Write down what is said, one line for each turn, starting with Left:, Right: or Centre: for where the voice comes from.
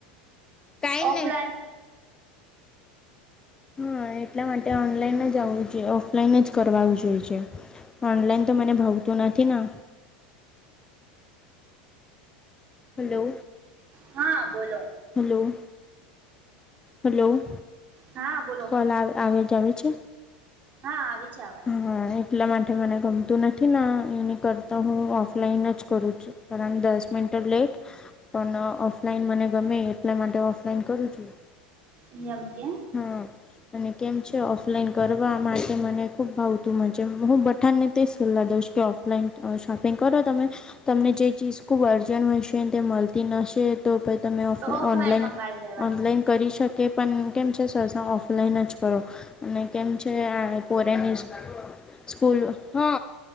Left: કાઈ નહી
Right: ઓફલાઇન
Left: હા એટલા માટે ઓનલાઈન જ આવું જોઈએ ઓફલાઈન જ કરવા જોઈ છે. ઓનલાઈન તો મને ભવતું નથી ના. હલો
Right: હા બોલો.
Left: હેલો. હલો
Right: હા બોલો
Left: કોલ આવે આવે જ આવી છે.
Right: હા આવી છે આવાત.
Left: હા એટલા માટે મને ગમતું નથી ના એની કરતા હું ઓફલાઈન જ કરું છું. કારણ દસ મનન્ટ લેટ. પણ ઓફલાઈન મને ગમે એટલા માટે ઓફલાઈન કરું છું.
Right: એમ કે
Left: હમ અને કેમ છે ઓફલાઈન કરવા માટે મને ખુબ ભાવતું મજમા હું બધા ને તે સોલ્લા દઈશ કે ઓફ. ઓનલાઈન શોપિંગ કરો તમે તમને જે ચીઝ ખૂબ જણ મશીન તે મળતી નશે તો ભઈ તમે ઓફલા
Right: તો ઓફલાઈન
Left: ઓનલાઈન
Right: મંગાવી લેવાનું
Left: ઓનલાઈન કરી શકે. પણ કેમ છે સરસ ઓફલાઈન જ કરો. અને કેમ છે આર ફોરેનીશ સ્કૂલ હ.